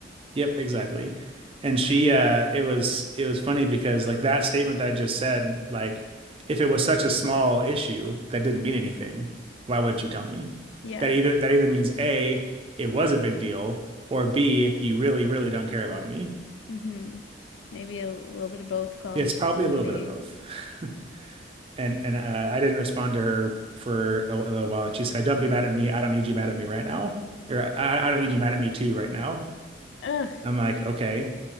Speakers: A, on the right (about 30°); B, on the left (about 80°).
A: Yep, exactly. And she uh it was it was funny because like that statement that I just said, like if it was such a small issue that didn't mean anything, why wouldn't you tell me?
B: Yeah.
A: That either that either means A, it was a big deal, or B, you really, really don't care about me.
B: Mm-hmm. Maybe a little bit of both call
A: It's
B: me
A: probably
B: zombie.
A: a little bit of both. <laughs> and and uh, I didn't respond to her for a, a little while, and she said, "Don't be mad at me. I don't need you mad at me right now, or I, I don't need you mad at me too right now."
B: Ugh.
A: I'm like, okay,